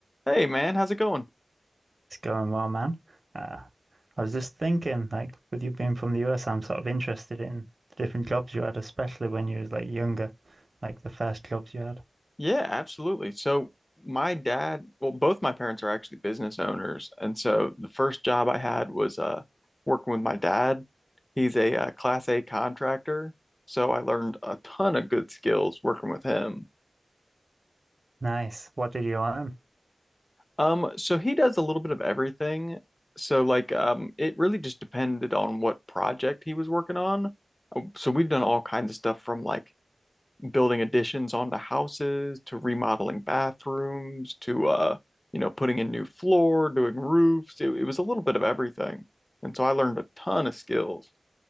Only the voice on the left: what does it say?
Hey man, how's it going?
Yeah, absolutely. So my dad, well, both my parents are actually business owners, and so the first job I had was uh working with my dad. He's a, uh class A contractor, so I learned a ton of good skills working with him.
Um, so he does a little bit of everything. So like um it really just depended on what project he was working on. So we've done all kinds of stuff from like building additions onto houses to remodeling bathrooms to uh you know putting in new floor doing roofs it, it was a little bit of everything and so i learned a ton of skills